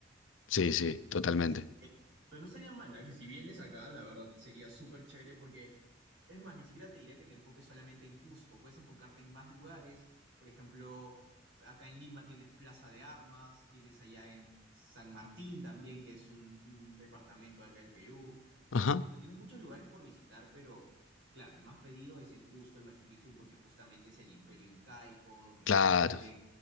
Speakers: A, on the left (about 75°); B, on the right (about 65°).
A: sí, sí,
B: Entonces,
A: totalmente.
B: eso. Pero no estaría mala que si vienes acá, la verdad sería súper chévere porque, es más, ni siquiera te diría que te enfoques solamente en Cusco, puedes enfocarte en más lugares, por ejemplo, acá en Lima tienes Plaza de Armas, tienes allá en San Martín también, que es un, un departamento de acá del Perú.
A: Ajá,
B: O sea, tienes muchos lugares por visitar, pero claro, el más pedido es el Cusco, el Machu Picchu, porque justamente es el imperio incaico, donde
A: claro,
B: justamente